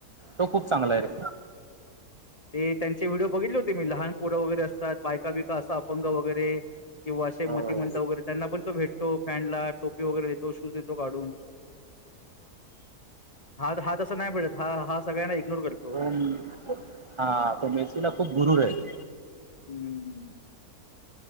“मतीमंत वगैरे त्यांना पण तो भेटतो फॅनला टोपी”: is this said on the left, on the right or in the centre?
Left